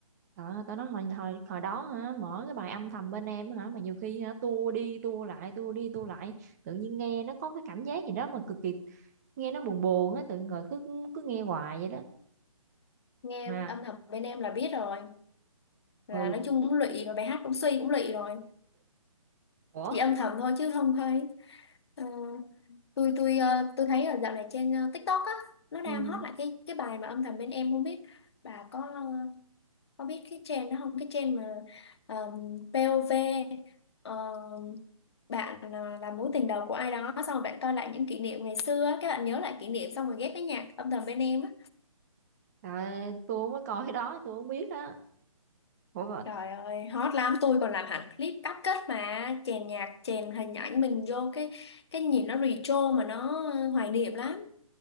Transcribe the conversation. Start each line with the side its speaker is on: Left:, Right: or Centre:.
Right: trời ơi, tao nói hồi, hồi hồi đó hả mở cái bài âm thầm bên em hả mà nhiều khi hả tua đi tua lại tua đi tua lại tự nhiên nghe nó có cái cảm giác gì đó mà cực kỳ nghe nó buồn buồn á tự nhiên rồi cứ cứ nghe hoài vậy đó
Left: nghe
Right: mà
Left: âm thầm bên em là biết rồi, là
Right: ừ
Left: nói chung cũng lụy và bài hát cũng suy cũng lụy rồi.
Right: ủa
Left: Chỉ âm thầm thôi chứ không thấy. tôi tôi ờ, tôi thấy ở dạo này trên ờ, TikTok á nó đang
Right: ừ
Left: hot lại cái cái bài mà âm thầm bên em không biết bà có ờ, có biết cái trend đó không cái trend mà ờm, POV ờ, bạn ờ, là mối tình đầu của ai đó xong rồi bạn coi lại những kỷ niệm ngày xưa á, các bạn nhớ lại kỷ niệm xong rồi ghép với nhạc âm thầm bên em á
Right: à, tôi không có coi cái đó tôi không biết đó ủa mà,
Left: trời ơi hot lắm tôi còn làm hẳn clip cắt kết mà chèn nhạc chèn hình ảnh mình vô cái cái nhìn nó retro mà nó ờ, hoài niệm lắm